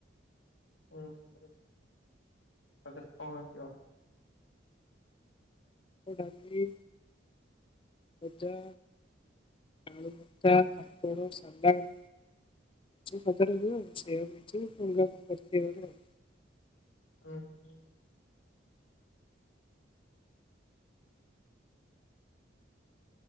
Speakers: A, on the left; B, on the left.
A: ହଉ ହଉ ସାଧାରେ କଣ ହେଇଥିବ।
B: ଡାଲି ଭଜା। ଆଲୁଭର୍ତା, ପାମ୍ପଡ଼, ସାଲାଡ଼। ଛୁଇଁ ଭଜାଟେ ହେଇଥିବ ସେୟାକୁ ହେଇଥିବ ଅଲଗା କଣ କରିଥିବ ଆଉ ଥରେ।
A: ଓହୋ।